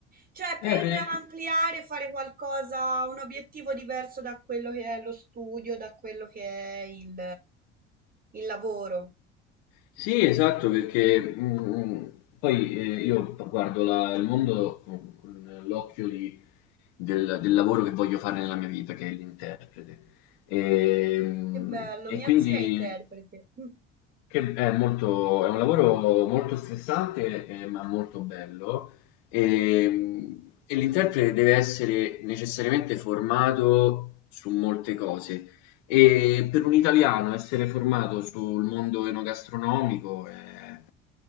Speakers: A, on the right; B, on the left.
A: Cioè,
B: Eh,
A: per
B: per-
A: ampliare, fare qualcosa, un obiettivo diverso da quello che è lo studio, da quello che è il, il lavoro.
B: sì, esatto, perché mm, poi eh, io guardo la- il mondo con, con l'occhio di- del, del lavoro che voglio fare nella mia vita, che è l'interprete. E, mm,
A: Che bello,
B: e
A: mia
B: quindi
A: zia è interprete. Mm.
B: Che è molto è un lavoro molto stressante, ehm, ma molto bello, ehm, e l'interprete deve essere necessariamente formato su molte cose. E per un italiano essere formato sul mondo enogastronomico è,